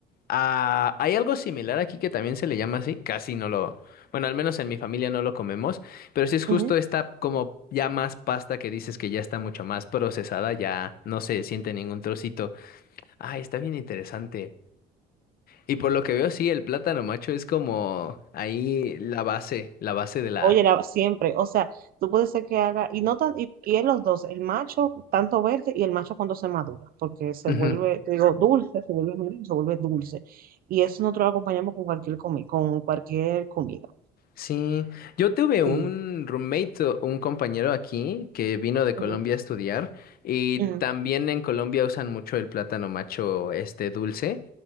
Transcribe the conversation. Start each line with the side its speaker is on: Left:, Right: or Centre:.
Left: ah, hay algo similar aquí que también se le llama así, casi no lo, bueno, al menos en mi familia no lo comemos, pero sí es justo
Right: Ujú.
Left: esta como ya más pasta que dices que ya está mucho más procesada, ya no se siente ningún trocito. Ah, está bien interesante. Y por lo que veo, sí, el plátano macho es como ahí la base, la base de la...
Right: Oye, la- siempre, o sea, tú puedes ser que haga, y no tan, y, y en los dos, el macho tanto verde y el macho cuando se madura, porque se
Left: Ujú.
Right: vuelve, te digo, dulce, se vuelve amarillo, se vuelve dulce. Y eso nosotros lo acompañamos con cualquier comi, con cualquier comida.
Left: Sí, yo tuve un
Right: Sí.
Left: roommate, o un compañero aquí que vino de Colombia
Right: Ujú,
Left: a estudiar y
Right: ujú,
Left: también en Colombia usan mucho el plátano macho este dulce.